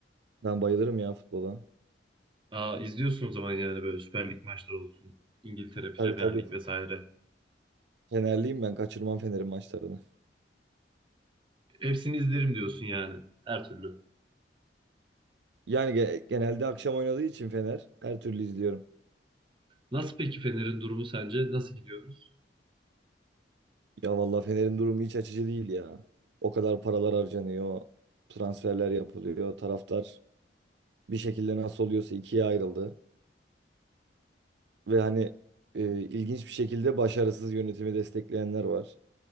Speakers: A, on the right (about 70°); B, on the right (about 30°).
A: Ben bayılırım ya futbola.
B: Aa izliyorsun o zaman yani böyle Süper Lig maçları olsun, İngiltere Premier
A: Tabii tabii.
B: Lig vesaire.
A: Fenerliyim ben. Kaçırmam Fener'in maçlarını.
B: Hepsini izlerim diyorsun yani her türlü.
A: Yani ge- genelde akşam oynadığı için Fener her türlü izliyorum.
B: Nasıl peki Fener'in durumu sence? Nasıl gidiyoruz?
A: Ya valla Fener'in durumu hiç açıcı değil ya. O kadar paralar harcanıyor. Transferler yapılıyor. Taraftar bir şekilde nasıl oluyorsa ikiye ayrıldı. Ve hani e, ilginç bir şekilde başarısız yönetimi destekleyenler var.